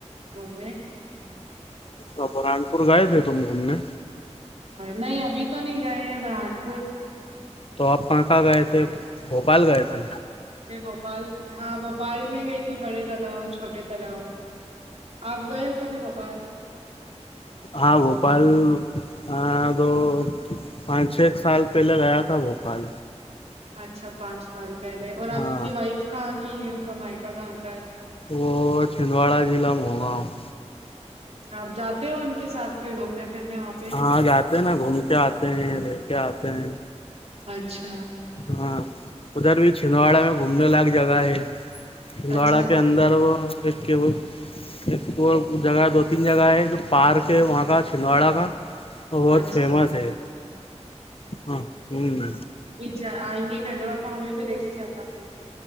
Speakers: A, on the right (about 60°); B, on the left (about 50°).
A: گھومنے
B: ہ بران پور گائےئے تھ تم گھومنے
A: نہیں ابھی تو نہیں گئے ہیں برہان پور
B: تو آپ کہاں کہاں گئے تھے بھوپال گائے تھے
A: میں بھوپال ہاں بھوپال میں گئی تھی بڑے تالؤ چھوٹے تالؤ آپ گئے ہو کبھی بھپال
B: ہاں بھوپال ہاں تو پانچ چھ ایک سال پہلے گیا تھا بھوپال
A: اچھا پانچ سال پہلے اور آپ
B: ہاں
A: کی وائف کہاں کی ہے ان کا مائیکا کہاں کا ہے
B: وہ چھندواڑا ضلع م ہوگاؤ <unintelligible>
A: اچ آپ جاتے ہو ان کے ساتھ پھر گھومنے پھرنے وہاں پہ
B: ہاں جاتے ہیں نا گھوم کے آتے ہیں رہ کے آتے ہیں
A: اچھا
B: ہاں ادھر بھی چھندواڑا میں گھومنے لائق جگہ ہے پگاڑا
A: اچھا
B: کے اندر وہ ایک وہ ایک تو جگہ دو تین جگہ ہے جو پارک ہے وہاں کا چھندواڑا کا اور بہت
A: اچھا
B: فیمس ہے ہاں ہ
A: ج آئیں گے گھنڈوا تو ہمیں بھی لے کے چلنا پھر